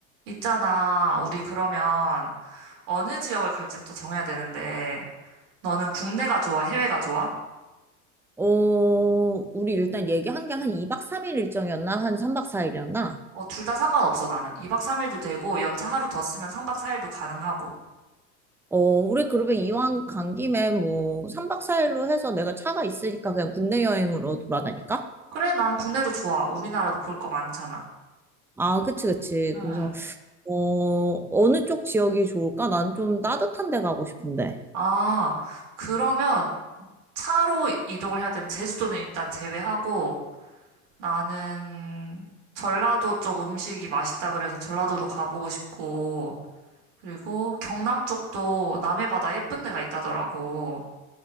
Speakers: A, on the right; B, in the centre.
A: 있잖아, 우리 그러면 어느 지역을 갈지부터 정해야 되는데, 너는 국내가 좋아, 해외가 좋아?
B: 어, 우리 일단 얘기한 게 한 2박 3일 일정이었나? 한 3박 4일이었나?
A: 어, 둘 다 상관없어, 나는. 2박 3일도 되고, 연차 하루 더 쓰면 3박 4일도 가능하고.
B: 어, 우리 그러면 이왕 간 김에 뭐 3박 4일로 해서 내가 차가 있으니까 그냥 국내 여행으로 돌아다닐까?
A: 그래, 난 국내도 좋아. 우리나라도 볼 거 많잖아.
B: 아, 그치, 그치.
A: 응.
B: 그래서, 어, 어느 쪽 지역이 좋을까? 난 좀 따뜻한 데 가고 싶은데.
A: 아, 그러면 차로 이동을 해야 되면 제주도는 일단 제외하고, 나는 전라도 쪽 음식이 맛있다 그래서 전라도도 가보고 싶고, 그리고 경남 쪽도 남해 바다 예쁜 데가 있다더라고.